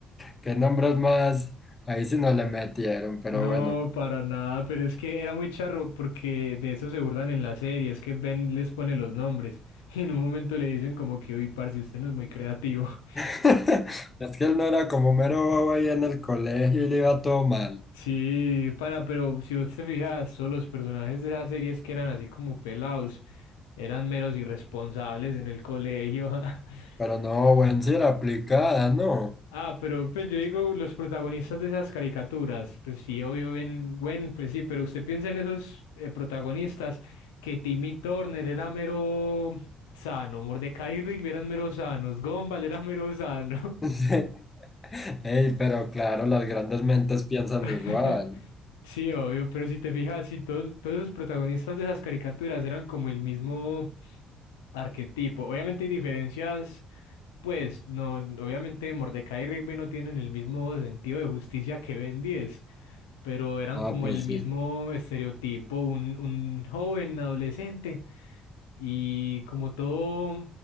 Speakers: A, on the left (about 25°); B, on the left (about 75°).
A: ¿Qué nombres más? Ahí sí no le metieron, pero
B: No,
A: bueno.
B: para nada, pero es que era muy charro porque de eso se burlan en la serie, es que Ben les pone los nombres <laughs> y en un momento le dicen como que, uy, parce, usted no es muy creativo. <laughs>
A: <laughs> Es que él no era como mero bobo ahí en el colegio y le iba todo mal.
B: Sí, pana, pero si usted se fija, todos los personajes de esas series que eran así como pelados, eran meros irresponsables en el colegio. <laughs>
A: Pero no, buen sí era aplicada, ¿no? <laughs>
B: Ah, pero pues yo digo, los protagonistas de esas caricaturas, pues sí, obvio, Ben Gwen, pues sí, pero usted piensa en esos eh, protagonistas, que Timmy Turner era mero sano, Mordecai y Rigby eran mero sanos, Gumball era mero sano.
A: Sí. Ey, pero claro, las grandes mentes piensan igual.
B: <laughs> Sí, obvio, pero si te fijas, sí, todo- todos los protagonistas de esas caricaturas eran como el mismo arquetipo. Obviamente hay diferencias, pues, no, obviamente Mordecai y Rigby no tienen el mismo sentido de justicia que Ben 10. pero eran
A: Ah,
B: como
A: pues
B: el mismo
A: sí.
B: estereotipo, un, un joven adolescente y como todo,